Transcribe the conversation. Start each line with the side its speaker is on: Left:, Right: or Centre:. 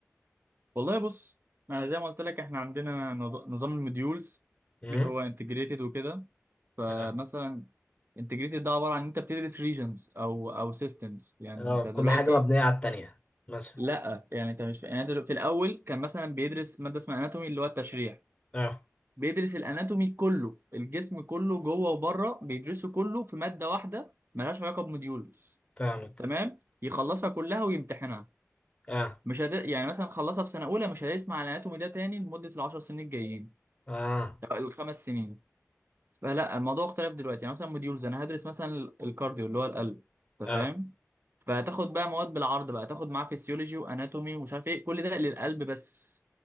Right: والله بص انا زي ما قلت لك احنا عندنا نظ- نظام المديولز
Left: امم
Right: اللي هو انتجريتد وكده فمثلا
Left: اه
Right: انتجريتد ده عباره عن انت بتدرس ريجنز او او سيستمز يعني
Left: اه
Right: انت دلوقتي
Left: كل حاجة مبنية على التانية مثلا
Right: لا يعني انت مش يعني انت في الاول كان مثلا بيدرس ماده اسمها اناتومي اللي هو التشريح
Left: اه
Right: بيدرس الاناتومي كله الجسم كله جوه وبره بيدرسه كله في ماده واحده ملهاش علاقه بموديولز
Left: فاهمك
Right: تمام يخلصها كلها ويمتحنها
Left: اه
Right: مش هت... يعني مثلا خلصها في سنه اولى مش هيسمع عن الاناتومي ده تاني لمده العشر سنين الجايين
Left: اه
Right: أو الخمس سنين فلا الموضوع اختلف دلوقتي يعني مثلا موديولز انا هدرس مثلا ال- الكارديو اللي هو القلب انت
Left: اه
Right: فاهم فهتاخد بقى مواد بالعرض بقى تاخد معاه فيسيولوجي واناتومي ومش عارف ايه كل ده للقلب بس